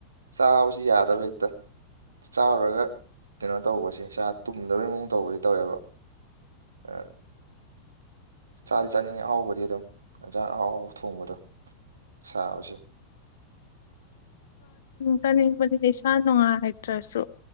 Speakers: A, on the right (about 70°); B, on the left (about 60°).
A: ꯆꯥꯕꯁꯨ ꯌꯥꯗꯕ ꯍꯦꯛꯇ ꯆꯥꯔꯒ ꯀꯩꯅꯣ ꯇꯧꯕꯁꯦ ꯇꯨꯝꯗꯕꯩ ꯃꯑꯣꯡ ꯇꯧꯕꯁꯦ ꯇꯧꯋꯦꯕ ꯑ ꯆꯥꯂꯤ ꯆꯥꯅꯤꯡꯉꯤ ꯑꯍꯥꯎꯕꯗꯤ ꯑꯗꯨꯝ ꯌꯦꯟꯖꯥꯡ ꯑꯍꯥꯎ ꯑꯍꯥꯎ ꯊꯣꯡꯕꯗꯣ ꯁꯥꯥꯎꯁꯦ
B: ꯇ ꯅꯤꯡꯕꯗꯤ ꯂꯩꯁꯥ ꯅꯨꯡꯉꯥꯏ ꯍꯥꯏꯇ꯭ꯔꯁꯨ